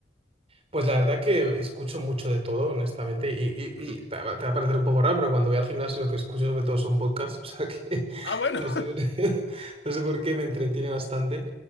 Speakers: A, on the right; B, on the left.
A: Pues la verdad que escucho mucho de todo, honestamente, y, y- y
B: Ujú.
A: te va te va a parecer un poco raro, pero cuando voy al gimnasio lo que escucho sobre todo son podcasts, <laughs> o sea que
B: Ah, bueno.
A: no sé
B: <laughs>
A: por qué, <laughs> no sé por qué me entretiene bastante,